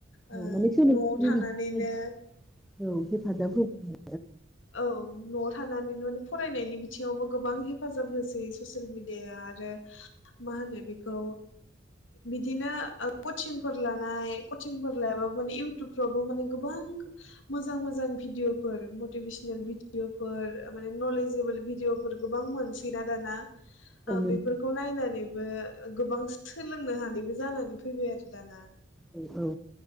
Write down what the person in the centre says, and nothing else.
औ माने सोलोंथाइनि
बिथिङाव औ हेफाजाब होबो।
औ
औ